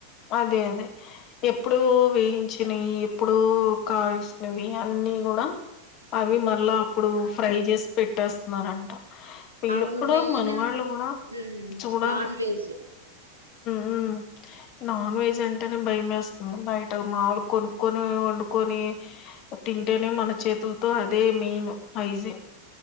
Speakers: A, on the left; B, on the right.
A: అదే అదే ఎప్పుడు వేయించినవి ఎప్పుడు కాల్సినవి అన్నీ కూడా అవి మళ్ళ అప్పుడు ఫ్రై చేసి పెట్టేస్తున్నారంట పిల్లు
B: అవును
A: ఇప్పుడు
B: మెయిన్
A: మనవాళ్ళు కూడా
B: హ్మ్.
A: చూడాలి
B: non veg
A: um non veg అంటేనే భయమేస్తుంది బయట మాములు
B: ఆ!
A: కొను కని వండుకొని తింటేనే మన చేతులతో అదే మెయిన్ హైజీ